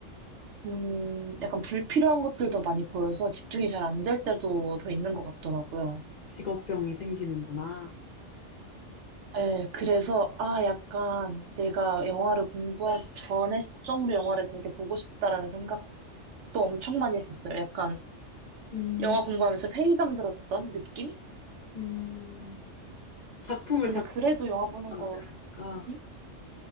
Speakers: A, on the right; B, on the left.
A: 음, 약간 불필요한 것들도 많이 보여서 집중이 잘 안 될 때도 더 있는 것 같더라고요.
B: 직업병이 생기는구나.
A: 예, 그래서, 아, 약간 내가 영화를 공부하기 전에 시점으로 영화를 되게 보고 싶다라는 생각도 엄청 많이 했었어요. 약간
B: 음,
A: 영화 공부하면서 회의감 들었던 느낌?
B: 음, 작품을
A: 근데 그래도 영화
B: 작품하다
A: 보는 거,
B: 보니까
A: 응?